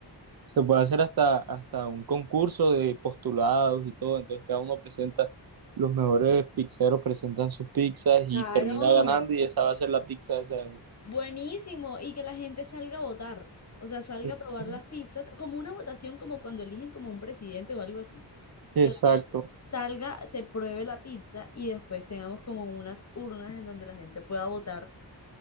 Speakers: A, on the right; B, on the left.
A: Se puede hacer hasta, hasta un concurso de postulados y todo. Entonces cada uno presenta, los mejores pizzeros presentan sus pizzas y
B: Claro.
A: termina ganando y esa va a ser la pizza de ese año.
B: Buenísimo, y que la gente salga a votar, o sea, salga
A: Exacto,
B: a probar las pizzas, como una votación como cuando eligen como un presidente o algo así,
A: exacto,
B: que la gente salga, se pruebe la pizza y después tengamos como unas urnas en donde la gente pueda votar